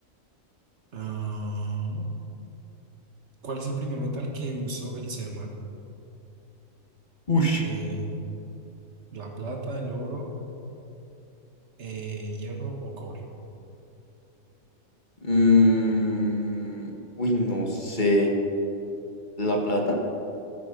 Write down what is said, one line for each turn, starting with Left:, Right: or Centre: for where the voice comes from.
Right: Ah, ¿cuál es el primer metal que usó el ser humano?
Left: Ush.
Right: Eh, La plata, el oro, eh, hierro o cobre.
Left: Mm, uy, no sé. ¿La plata?